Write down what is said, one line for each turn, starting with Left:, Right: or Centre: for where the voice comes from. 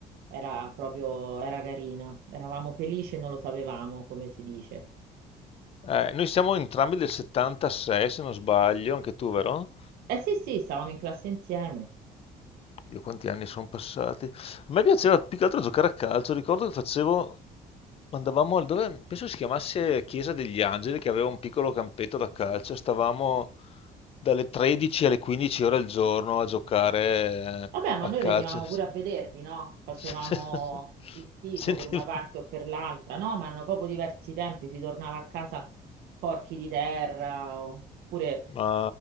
Right: era proprio, era carina, eravamo felici e non lo sapevamo, come si dice.
Left: Eh, noi siamo entrambi del 76, se non sbaglio, anche tu, vero?
Right: Eh sì, sì, stavamo in classe insieme.
Left: Dio, quanti anni sono passati. A me piaceva più che altro giocare a calcio. Ricordo che facevo, andavamo al dove, penso si chiamasse Chiesa degli Angeli, che aveva un piccolo campetto da calcio. Stavamo dalle 13 alle 15 ore al giorno a giocare eh,
Right: Vabbè, ma
Left: a
Right: noi
Left: calcio.
Right: venivamo pure a vedervi, no? Facevamo
Left: <laughs>
Right: il tifo
Left: Sentivo,
Right: per una parte o per l'altra, no? Ma erano proprio diversi tempi, si tornava a casa porchi di terra, oppure
Left: ma